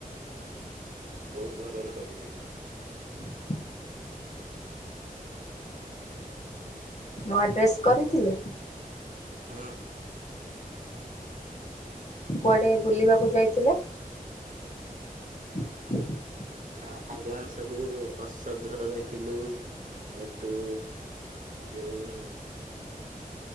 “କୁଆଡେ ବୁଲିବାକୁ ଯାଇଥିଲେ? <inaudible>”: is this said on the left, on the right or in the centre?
Left